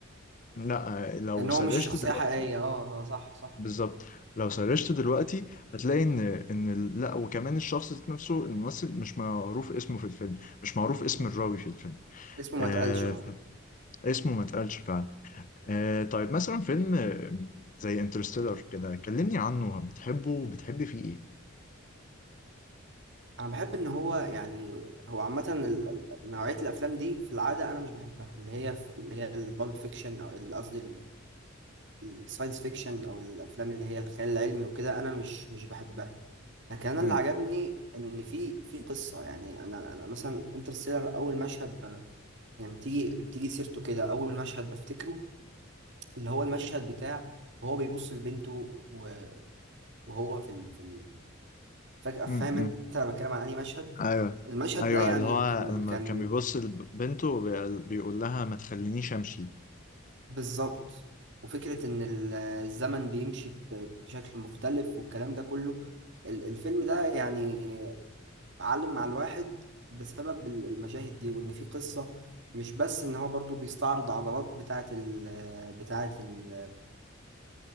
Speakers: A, on the left (about 40°); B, on the right (about 60°).
A: لا آه، لو
B: لأن
A: سرشت
B: هو مش شخصية
A: دلوقتي
B: حقيقية اه اه صح صح
A: بالظبط لو سرشت دلوقتي هتلاقي ان ان ال- لا وكمان الشخص ذات نفسه الممثل مش معروف اسمه في الفيلم مش معروف اسم
B: مم.
A: الراوي في الفيلم
B: اسمه
A: آه
B: ما اتقالش اه
A: اسمه ما اتقالش فعلا آه طيب مثلا فيلم آه، زي انترستيلر كده كلمني عنه بتحبه بتحب فيه
B: أنا بحب إن هو يعني هو عامة ال- ال- نوعية الأفلام دي في العادة أنا مش بحبها اللي هي اللي هي البالد فيكشن أو ال- قصدي الساينس فيكشن أو الأفلام اللي هي الخيال العلمي وكده أنا مش مش بحبها لكن انا
A: ايه
B: اللي عجبني ان في في قصه يعني انا انا مثلا انترستيلر اول مشهد ب... يعني بتيجي بتيجي سيرته كده اول مشهد بفتكره اللي هو المشهد بتاع وهو بيبص لبنته و- وهو في ال... في ال... فجاه فاهم
A: امم
B: انت انا بتكلم عن انهي مشهد
A: ايوه
B: المشهد
A: ايوه
B: ده يعني
A: اللي هو
B: كان
A: لما
B: كان
A: كان بيبص لبنته وبي- بيقول لها ما تخلينيش امشي
B: بالظبط وفكره ان ال- الزمن بيمشي ب- بشكل مختلف والكلام ده كله ال- الفيلم ده يعني معلم مع الواحد بسبب ال- المشاهد دي وان في قصة مش بس ان هو برضو بيستعرض عضلات بتاعة ال بتاعة ال